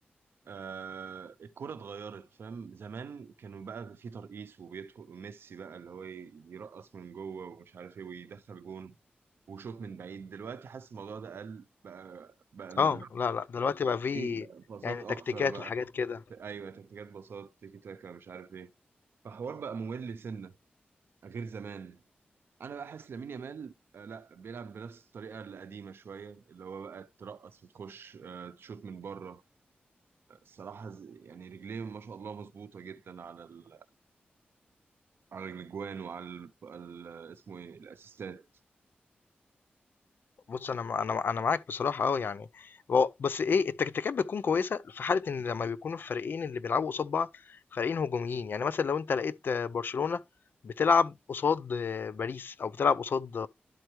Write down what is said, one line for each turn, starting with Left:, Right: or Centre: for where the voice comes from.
Right: آه الكرة اتغيرت فاهم زمان كانوا بقى في ترقيص وبيدخل ميسي بقى اللي هو ي- يرقص من جوه ومش عارف ايه ويدخل جون وشوط من بعيد دلوقتي حاسس الموضوع ده قل بقى بقى ال-
Left: اه لا لا دلوقتي بقى في
Right: إيه، باصات
Left: يعني
Right: اكتر
Left: تكتيكات
Right: بقى
Left: وحاجات كده
Right: ايوه تكتيكات باصات تيكي تاكا مش عارف ايه فحوار بقى ممل سنه غير زمان انا بقى حاسس لامين يامال آه، لا بيلعب بنفس الطريقه القديمه شويه اللي هو بقى ترقص وتخش آه، تشوط من بره الصراحه ز- يعني رجليه ما شاء الله مظبوطه جدا على ال... على الاجوان وعلى ال... ال- اسمه ايه الاسيستات
Left: بُص أنا مع أنا مع أنا معاك بصراحة آه، يعني هو بس إيه، التكتيكات بتكون كويسة في حالة إن لمّا بيكونوا الفريقين اللي بيلعبوا قصاد بعض فريقين هجوميين، يعني مثلًا لو أنت لقيت آه، برشلونة بتلعب قصاد آه، باريس أو بتلعب قصاد